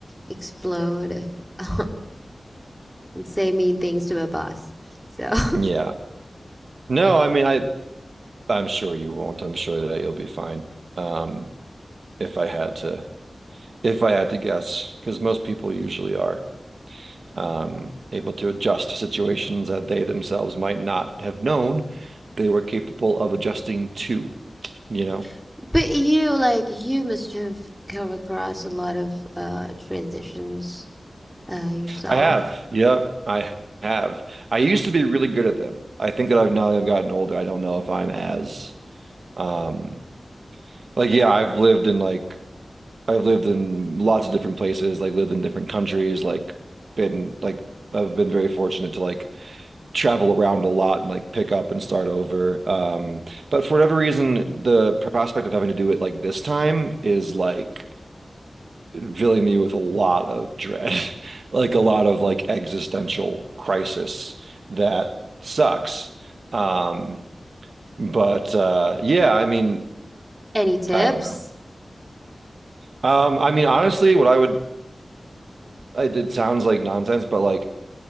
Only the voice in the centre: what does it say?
explode <laughs> and say mean things to my boss. So,
<laughs> but you like you must have come across a lot of uh, transitions uh, yourself.
Any tips?